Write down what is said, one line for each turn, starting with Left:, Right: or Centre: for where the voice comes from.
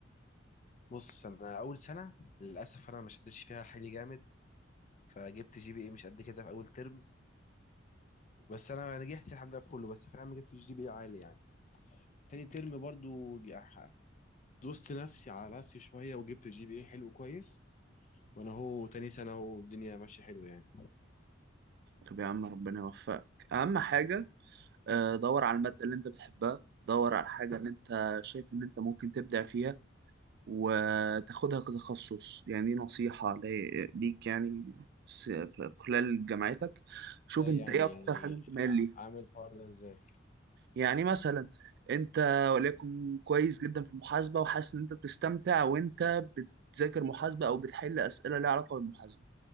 Left: بص أنا أول سنة للأسف أنا ما شدتش فيها حيلي جامد فجبت جي بي إيه مش قد كده في أول ترم بس أنا نجحت الحمد لله في كله بس فاهم جبت جي بي إيه عالي يعني تاني ترم برضو جا- دوست نفسي على نفسي شوية وجبت الجي بي اي حلو كويس وأنا هو تاني سنة هو الدنيا ماشية حلوة يعني
Right: طب يا عم ربنا يوفقك اهم حاجه آه، دور على الماده اللي انت بتحبها دور على الحاجه اللي انت شايف ان انت ممكن تبدع فيها وتاخدها كتخصص يعني دي نصيحة لي- ليك يعني س- في خلال جامعتك شوف
Left: ازاي
Right: انت
Left: يعني
Right: ايه اكتر
Left: يعني
Right: حاجة انت مايل
Left: ع-
Right: ليها
Left: عامل الحوار ده ازاي
Right: يعني مثلا انت وليكن كويس جدا في المحاسبة وحاسس ان انت بتستمتع وانت بتذاكر محاسبة او بتحل اسئلة ليها علاقة بالمحاسبة